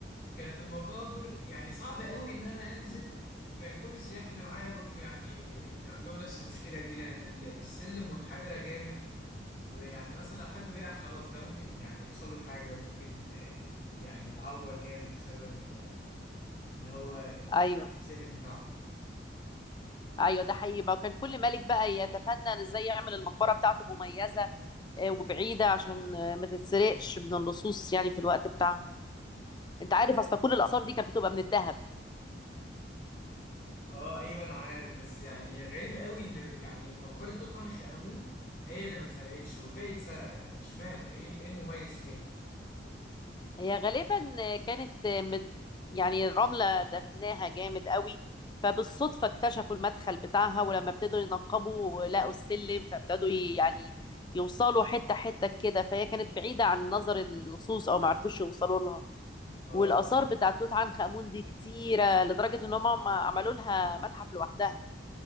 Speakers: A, on the left; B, on the left.
A: كانت المقابر يعني صعب قوي ان انا انزل وكان كل السياح اللي معايا برضو يعني عندهم نفس المشكلة دي لان ال- السلم منحدرة جامد ويعني مثلا لو حد وقع خلاص ده ممكن يعني يحصل له حاجة ممكن آه، يعني يتعور جامد بسبب ال- اللي هو ال-
B: أيوه
A: شكل السلم بتاعهم
B: أيوه ده حقيقي بقى كان كل ملك بقى يتفنن إزاي يعمل المقبرة بتاعته مميزة إيه، وبعيدة عشان آه، ما تتسرقش من اللصوص يعني في الوقت بتاعهم أنت عارف
A: تمام.
B: أصلا كل الآثار دي كانت بتبقى من الذهب
A: اه ايوه انا عارف بس يعني غريب قوي ان يعني مقبرة توت عنخ امون هي اللي ما اتسرقتش والباقي اتسرق يعني اشمعنى ايه ال- إيه المميز فيها
B: هي غالبا كانت مت- يعني رملة دفناها جامد قوي فبالصدفة اكتشفوا المدخل بتاعها ولما ابتدوا ينقبوا لقوا السلم فابتدوا ي- يعني يوصلوا حتة حتة كده فهي كانت بعيدة عن نظر اللصوص أو معرفوش يوصلوا لها
A: اه
B: والآثار بتاعت توت عنخ آمون دي كتيرة لدرجة إن هم عملوا لها متحف لوحدها